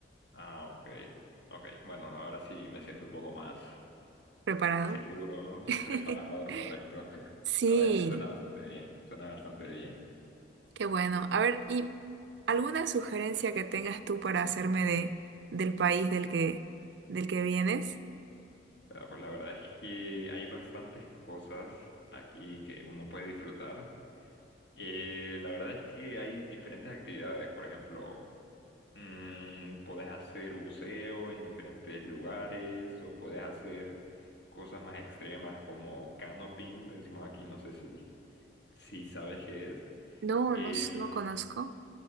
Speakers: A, on the left (about 70°); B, on the right (about 70°).
A: Ah, ok. Ok, bueno, ahora sí me siento un poco más
B: ¿Preparado?
A: seguro,
B: <laughs>
A: preparado, correcto. <laughs>
B: Sí,
A: La verdad es que suena bastante bien, suena bastante bien.
B: qué bueno. A ver, ¿y alguna sugerencia que tengas tú para hacerme de, del país del que, del que vienes?
A: Ah, Pues la verdad es que hay bastantes cosas aquí que uno puede disfrutar. Eh, la verdad es que hay diferentes actividades, por ejemplo, mm, puedes hacer buceo en diferentes lugares o puedes hacer cosas más extremas como canoping, le decimos aquí, no sé si, si sabes qué es.
B: No,
A: Em,
B: no, s- no conozco.